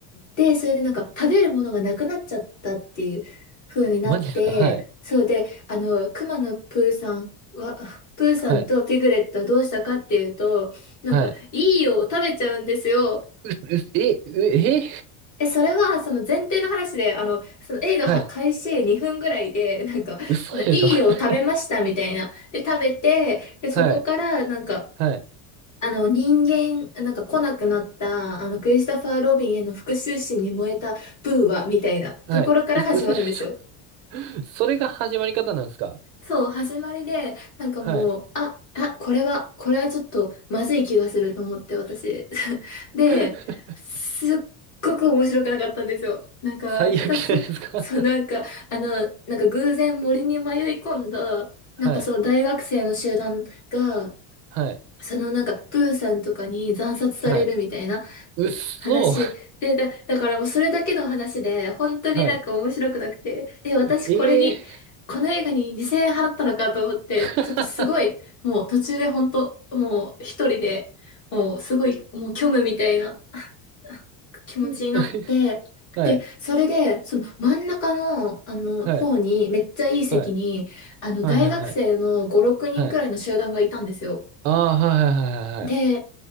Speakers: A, on the left; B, on the right.
A: で、それでなんか食べるものがなくなっちゃったっていう風になって、
B: <laughs> マジですかはい。
A: そうで、あの、熊のプーさんは、<laughs> プーさんとピグレットはどうしたかっていうと、
B: はい。
A: なんか、
B: はい。
A: いいよ、食べちゃうんですよ。
B: う、う、え、う、え
A: え、それは、その前提の話で、あの、その映画は開始2分ぐらいで、
B: はい。
A: なんか、
B: 嘘でしょ
A: ないいよ、
B: <laughs>
A: 食べましたみたいな。で、食べて、で、
B: はい。
A: そこから、なんか、
B: はい。
A: あの人間、なんか来なくなった、あのクリスタファー・ロビンへの復讐心に燃えたブーは、みたいなところから始まるんですよ。
B: はい。う、嘘でしょ <laughs> それが始まり方なんですか
A: そう、始まりで、なんかもう、
B: はい。
A: あ、あ、これは、これはちょっとまずい気がすると思って、私。<laughs> で、
B: <laughs>
A: すっごく面白くなかったんですよ。なんか、
B: 最悪じゃないですか
A: ひたすら、そう、
B: <laughs>
A: なんか、あの、なんか偶然森に迷い込んだ、
B: はい。
A: なんかその大学生の集団が、
B: はい。
A: そのなんか、プーさんとかに惨殺されるみたいな、
B: はい。うっそ
A: 話で、だ、だからもうそれだけの話で、本当になんか面白くなくて、
B: はい。
A: え、私これに、
B: ええ
A: この映画に2000円払ったのかと思って、
B: ー
A: ちょっとすごい、もう途中で本当、もう一人で、もうすごい、もう虚無みたいな <laughs> 気持ちになって、
B: <laughs> はい。
A: で、それで、その真ん中の、あの、
B: はい。
A: 方に、めっちゃいい席に、
B: はい。
A: あの、
B: はい。
A: 大学生の5、
B: はい。はい。
A: 6人くらいの集団がいたんですよ。
B: はい。ああ、はい。
A: で、
B: はい。は